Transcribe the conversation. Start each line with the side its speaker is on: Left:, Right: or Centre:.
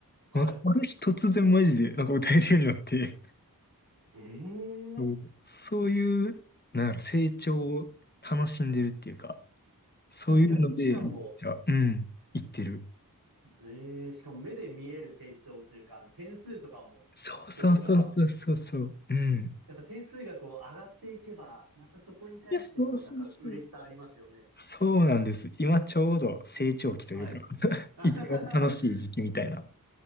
Right: はい。
Left: うなんか、ある日突然マジで、なんか歌えるようになって、
Right: ええ
Left: そうそういう、なんやろ、成長を楽しんでるっていうか、そういうので、
Right: 確かに。しかも、
Left: めっちゃ、うん、言ってる。
Right: ええしかも目で見える成長というか、点数とかも出るから、
Left: そうそうそうそうそうそう、うん。
Right: やっぱ点数がこう上がっていけば、またそこに対してもなんか嬉しさありますよね。
Left: いや、そうそうそう。そうなんです。今ちょうど成長期というか
Right: はい。
Left: <laughs>
Right: <laughs>
Left: 一番楽しい時期みたいな。